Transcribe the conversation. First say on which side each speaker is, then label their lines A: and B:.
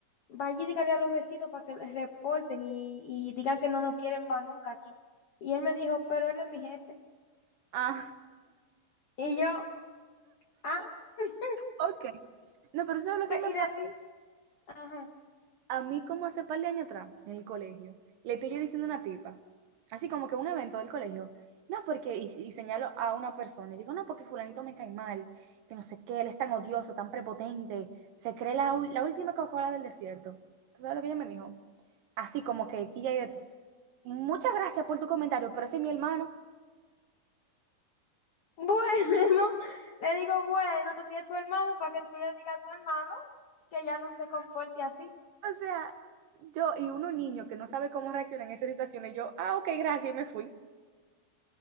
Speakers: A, on the left; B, on the right.
A: vaya y dígale a los vecinos para que les reporten y, y digan que no nos quieren más nunca aquí. Y él me dijo, pero él es mi jefe.
B: Ah,
A: Y yo, ah, <laughs>
B: <laughs> ok. No, pero ¿tú ¿sabes lo que a mí
A: y
B: me pasó?
A: le dije, ajá.
B: A mí como hace par de años atrás, en el colegio, le estoy yo diciendo a una tipa, así como que un evento del colegio, no, porque, y, y señalo a una persona, y digo, no, porque fulanito me cae mal, que no sé qué, él es tan odioso, tan prepotente, se cree la, ul- la última Coca-Cola del desierto. ¿Tú sabes lo que ella me dijo? Así como que aquí ya hay de todo. Muchas gracias por tu comentario, pero ese es mi hermano.
A: Bueno, <laughs> le digo, bueno, si es tu hermano, para que tú le digas a tu hermano que ya no se comporte así.
B: O sea, yo y uno niño que no sabe cómo reaccionar en esas situaciones, yo, ah, ok, gracias, y me fui.